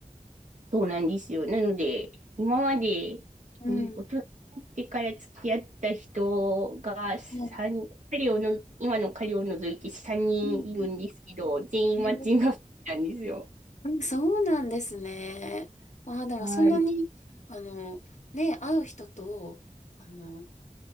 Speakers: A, on the right; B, on the left.
A: そうなんですよ。なので、今まで、えー大人になってから付き合った人が三彼をの、
B: うんうん
A: 今の彼を除いて3人いるんですけど、
B: うん
A: 全員マッチングアプリなんですよ。
B: ねうんそうなんですね。ああ、でもそんなに、
A: はい。
B: あの、ね、会う人と、あの、